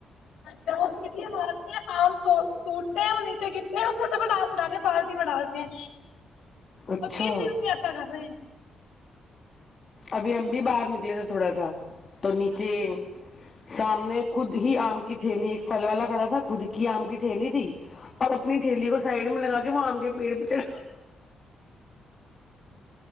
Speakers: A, on the left; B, on the left.
A: <unintelligible> آم ٹوٹتے ہیں نیچے گٹے فٹافٹ آم اٹا کے بالٹی مٹا د ہیں
B: اچھا
A: تو تین دن سے ایسا کر رہے ہیں
B: ابھی ہم بھی باہر نکلے تھے تھوڑا سا تو نیچے
A: اچھا
B: سام میں خود ہی آم کی تھیلی ایک پھل والا کڑا تھا خود کی کیا آم کی ٹھیلی تھی اور اپنی ٹھیلی کو سائڈ میں لگا کے مام گ پیڑ پچڑ